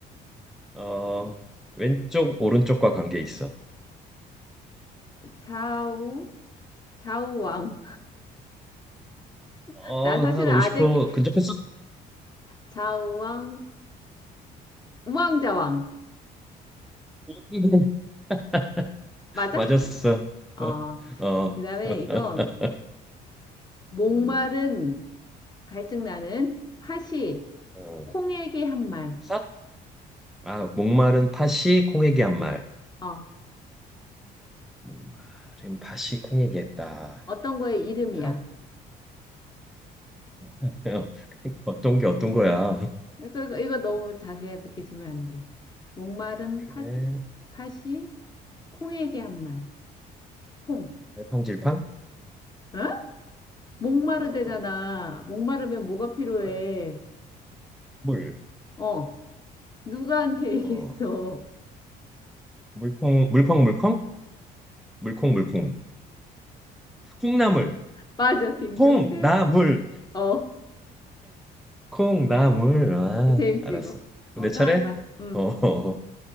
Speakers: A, in the centre; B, on the left (about 25°).
A: 어, 왼쪽, 오른쪽과 관계 있어.
B: 좌우, 좌우 왕. <laughs>
A: 어,
B: 나 사실은
A: 한 50%
B: 아재, 기-
A: 근접했었어.
B: 좌우 왕, 우왕좌 왕.
A: <laughs>
B: 맞아?
A: 맞았어.
B: 어,
A: <laughs> 어,
B: 그 다음에
A: <laughs>
B: 이건, 목마른,
A: 어,
B: 갈증나는, 팥이,
A: 어.
B: 콩에게 한 말.
A: 삿? 아, 목마른 팥이 콩에게 한 말.
B: 어,
A: 목마른 팥이 콩에게 했다.
B: 어떤 거의 이름이야.
A: 팥. <laughs> 어떤 게 어떤 거야?
B: 이거, 이거 이거 너무 자세하게 주면 안 돼. 목마른
A: 그래.
B: 팥, 팥이 콩에게 한 말. 콩.
A: 갈팡질팡?
B: 어? 목마르대잖아.
A: 어,
B: 목마르면 뭐가 필요해?
A: 목마르다. 물.
B: 어. 누구한테 얘기했어?
A: 어, 물콩, 물컹물컹? 물콩물콩. 콩나물.
B: <laughs> 맞아, 딩동대.
A: 콩나물.
B: 어.
A: 콩나물. 아,
B: 재밌지,
A: 알았어.
B: 이거.
A: 내
B: 어,
A: 차례?
B: 또 해봐. 음.
A: 어,